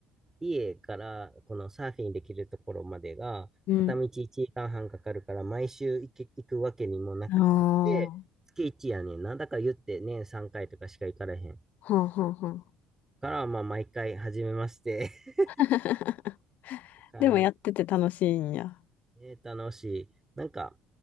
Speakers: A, on the right; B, on the left.
A: 家からこのサーフィンできるところまでが片道1時間半かかるから毎週行け、
B: うん。
A: 行くわけにもなくて、
B: ああ、
A: 月1やねんな。だから言って年3回とかしか行かれへん。
B: はんはんはん。
A: から、まあ毎回初めまして <laughs>
B: <laughs>
A: 感
B: でもやってて楽しいんや。
A: えー、楽しい。なんか、